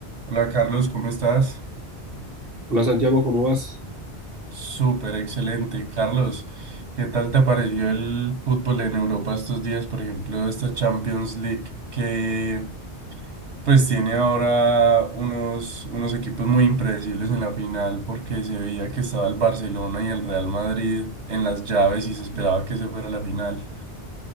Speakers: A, on the right; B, on the right.
A: Hola Carlos, ¿cómo estás?
B: Hola Santiago, ¿cómo vas?
A: Súper excelente. Carlos, ¿qué tal te pareció el fútbol en Europa estos días? Por ejemplo, esta Champions League que pues tiene ahora unos, unos equipos muy impredecibles en la final porque se veía que estaba el Barcelona y el Real Madrid en las llaves y se esperaba que se fuera a la final.